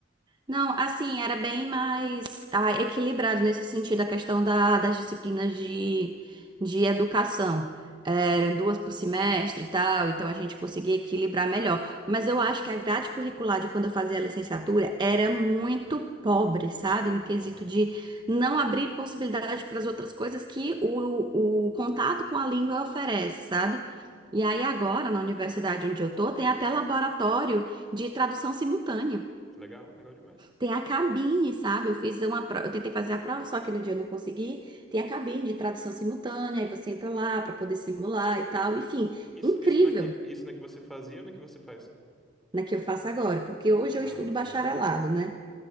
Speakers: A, on the right; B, in the centre.
A: Não, assim, era bem mais ah, equilibrado nesse sentido, a questão da- das disciplinas de, de educação. Eram duas por semestre e tal, então a gente conseguia equilibrar melhor. Mas eu acho que a grade curricular de quando eu fazia a licenciatura era muito pobre, sabe? Em quesito
B: Aham,
A: de não abrir possibilidade para as outras coisas que o, o contato com a língua oferece, sabe? E aí agora, na universidade onde eu tô, tem até laboratório de tradução simultânea.
B: Legal, legal demais.
A: Tem a cabine, sabe? Eu fiz uma prova, eu tentei fazer a prova, só que no dia eu não consegui. Tem a cabine de tradução simultânea, aí você entra lá para poder simular e tal. Enfim,
B: Isso,
A: incrível,
B: isso na que, isso na que você fazia ou na que você faz?
A: né, que eu faço agora, porque hoje
B: Ah,
A: eu estudo
B: entendi.
A: bacharelado, né?